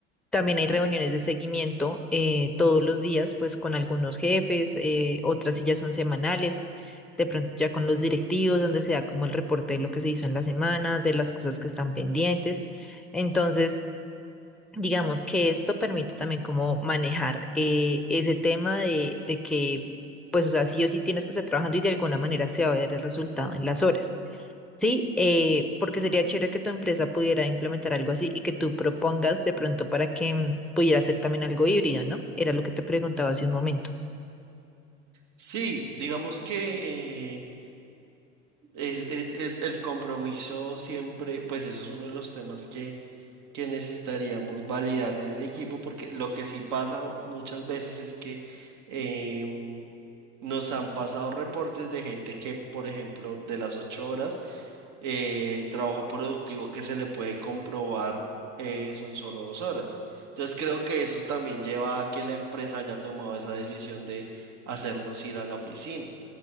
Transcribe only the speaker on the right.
Sí, digamos que eh, es- e- el el compromiso siempre, pues eso es uno de los temas que que necesitaríamos validar en el equipo, porque lo que sí pasa muchas veces es que em, nos han pasado reportes de gente que, por ejemplo, de las ocho horas, eh, trabajo productivo que se le puede comprobar eh, son solo dos horas. Entonces creo que eso también lleva a que la empresa haya tomado esa decisión de hacernos ir a la oficina.